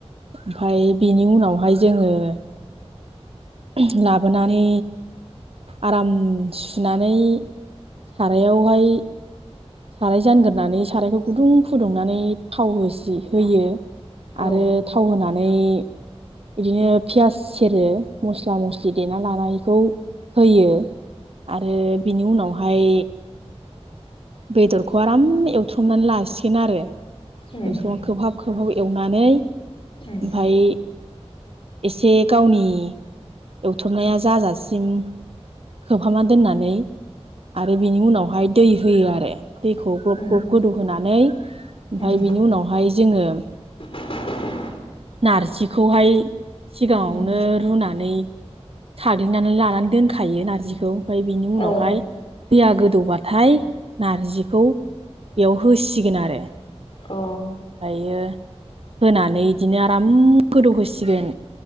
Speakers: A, on the right; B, on the left.
A: ओमफ्राय बिनि उनावहाय जोंङो उमह लाबोनानै आराम सुनानै सारायावहाय साराय जानगोरोनानै सारायखौ गुदुं फुदुंनानै थाव होसि होयो
B: औ
A: आरो थाव होनानै बिदिनो पियास सेरो मस्ला मस्लि देना लानायखौ होयो। आरो बिनि उनावहाय बेदरखौ आराम एवथ्रमनानै लासिगोन आरो एवथ्रमना
B: उम
A: खोबहाब गोबाव एवनानै ओमफ्राय
B: उम
A: एसे गावनि एवथबनाया जाजासिम खोबहाबना दोननानै आरो बेनि उनावहाय दै होयो आरो दैखौ ग्लब
B: उम
A: ग्लब गोदौहोनानै ओमफ्राय
B: उम
A: बेनि उनावहाय जोंङो
B: <inaudible>
A: नारजिखौहाय सिगांङावनो
B: उम
A: रुनानै साग्लिनानै लानानै दोनखायो नारजिखौ ओमफ्राय बिनि उनावहाय
B: औ
A: दैया गोदौबाथाय नारजिखौ बेयाव होसिगोन आरो ओमफ्रायो
B: अ
A: होनानै इदिनो आराम गोदौ होसिगोन